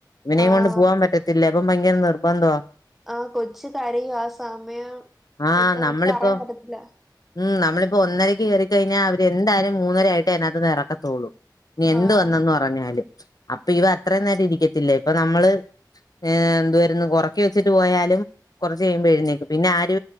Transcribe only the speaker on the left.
ഇവനെയും
കൊണ്ട് പോകാൻ പറ്റത്തില്ല ഇപ്പ ഭയങ്കര നിർബന്ധാ
ആഹ്
നമ്മളിപ്പോ
ഉം നമ്മളിപ്പോ ഒന്നരയ്ക്ക് കയറിക്കഴിഞ്ഞാൽ അവര് എന്തായാലും മൂന്നര ആയിട്ട് അതിനകത്ത്ന്ന് ഇറക്കത്തോളൂ
<unintelligible> വന്നന്ന് പറഞ്ഞാലും അപ്പൊ ഇവ അത്രെ നേരം ഇരിക്കത്തില്ല ഇപ്പൊ നമ്മള് എന്തുവാരുന്നു ഒറക്കിവെച്ചിട്ട് പോയാലും കുറച്ച് കഴിയുമ്പോ എഴുന്നേക്കും പിന്നെ ആര്